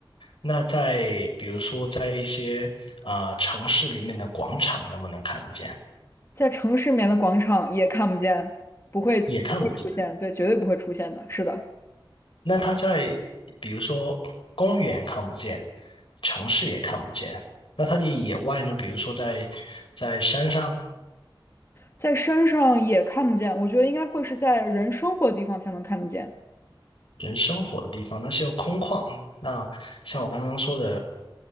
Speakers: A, on the left; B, on the left.
A: 那在比如说在一些啊、呃城市里面的广场能不能看得见？
B: 在城市里面的广场也看不见，不会不会出现，
A: 也看不见。
B: 对，绝对不会出现的，是的，
A: 那它在比如说公园看不见，城市也看不见，那它的野外呢？比如说在在山上
B: 在山上也看不见，我觉得应该会是在人生活的地方才能看得见，
A: 人生活的地方，那是要空旷。那像我刚刚说的，